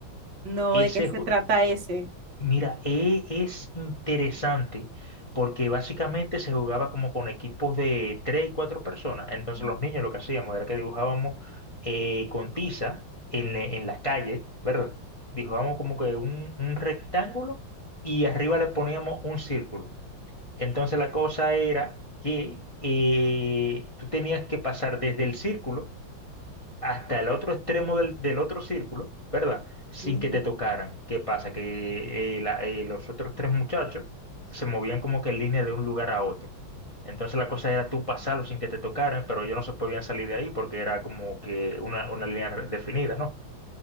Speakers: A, on the right; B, on the left.
A: no,
B: Ese,
A: ¿de qué se trata ese?
B: Mira, eh, es interesante porque básicamente se jugaba como con equipos de tres y cuatro personas. Entonces
A: Ujú.
B: los niños lo que hacíamos era que dibujábamos eh, con tiza en, la- en la calle, ¿verdad? Dibujábamos como que un, un rectángulo y arriba le poníamos un círculo. Entonces la cosa era que eh, tú tenías que pasar desde el círculo hasta el otro extremo del, del otro círculo, ¿verdad? Sin
A: Mm.
B: que te tocaran. ¿Qué pasa? Que eh, la- eh, los otros tres muchachos se movían como que en línea de un lugar a otro. Entonces la cosa era tú pasarlo sin que te tocaran, pero ellos no se podían salir de ahí porque era como que una, una línea re- definida, ¿no?